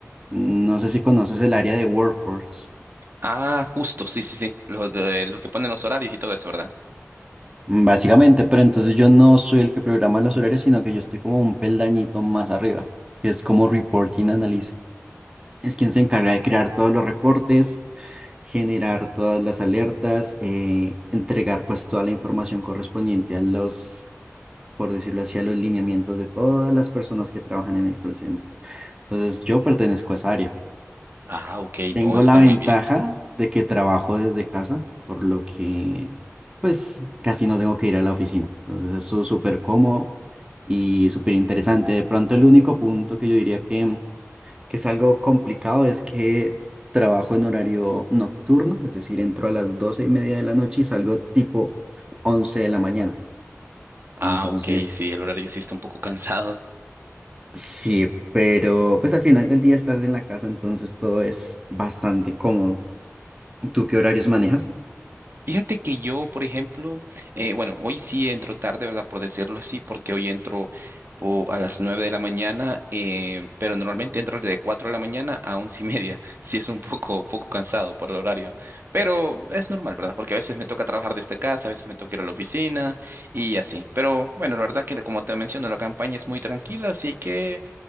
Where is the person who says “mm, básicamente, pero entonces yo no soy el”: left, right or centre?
Right